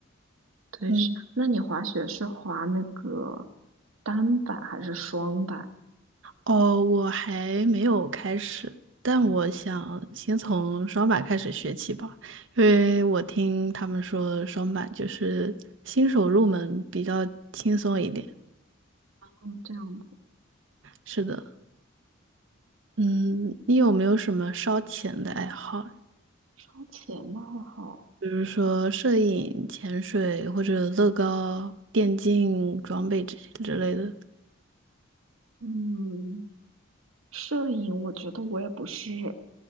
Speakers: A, on the right; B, on the right.
A: 对，
B: 嗯，
A: 是，那你滑雪是滑那个单板还是双板？
B: 哦，我还没有开始，但我想先从双板开始学起吧，因为我听他们说双板就是新手入门比较轻松一点。
A: 嗯，这样子，
B: 是的，嗯，你有没有什么烧钱的爱好？
A: 双前的还
B: 比如说摄影、潜水或者乐高、电竞装备这些之类的，
A: 嗯，摄影，我觉得我也不是，